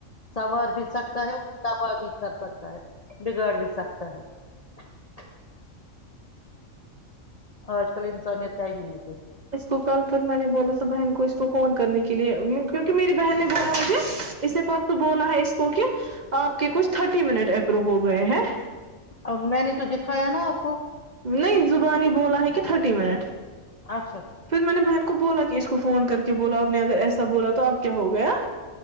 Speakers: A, on the left; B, on the right.
A: سنار بھی سکتا ہے اوربا بھی کر سکتا ہے بگڑ بھی سکتا ہے <unintelligible> آج کل انسانیت ہے ہی نہیں کہیں
B: اس کو کل پھر میں نے بولا سا بہن کو اس کو <unintelligible> فون کرنے کے لیے کیونکہ میری بہن نے بولا مجھے <unintelligible> اسے فقت بونا ہے اس کو کہ <unintelligible> آپ کے کچھ تھرٹی منٹ اپرو ہو گئے ہیں <unintelligible>
A: اب میں نے تو دکھایا نا آپ کو
B: نہیں زبانی بولا ہے کہ تھرٹی منٹ <unintelligible>
A: اچھا <unintelligible>
B: پھر میں نے بہن کو بولا کہ اس کو فون کر کے بولا آپ نے اگر ایسا بولا تو اب کیا ہو گیا <unintelligible>